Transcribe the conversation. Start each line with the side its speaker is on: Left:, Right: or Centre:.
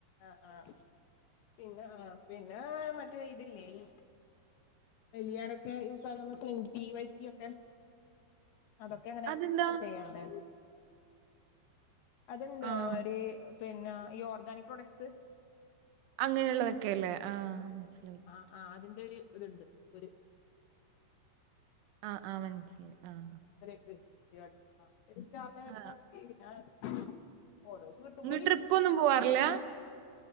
Left: ആഹ് ആഹ് പിന്നെ ആഹ് പിന്നേ മറ്റേ ഇതില്ലേ ഈ മെലിയാനൊക്കെ യൂസ് ആകുന്ന സ്വിംഗ് റ്റീ വൈറ്റിയൊക്കെ അതൊക്കെ ഇങ്ങനെ
Right: അതെന്താ?
Left: ചെയ്യാറുണ്ടായിരുന്നു അത്ണ്ട്
Right: ആഹ്
Left: ഈമാരി പിന്നെ ഈ ഓർഗാനിക് പ്രൊഡക്ട്സ്
Right: അങ്ങനെയുള്ളതക്കല്ലേ ആഹ് മനസ്സിലായി
Left: ആഹ് അതിന്റെ ഒരു ഇതുണ്ട് ഒര്
Right: ആഹ് ആഹ് മനസ്സിലായി ആഹ്
Left: <unintelligible>
Right: ആഹ്
Left: ഓഡേഴ്‌സ് കിട്ടുമ്പോലിരിക്കും
Right: നിങ്ങൾ ട്രിപ്പൊന്നും പോവാറില്ല?
Left: അതല്ലോ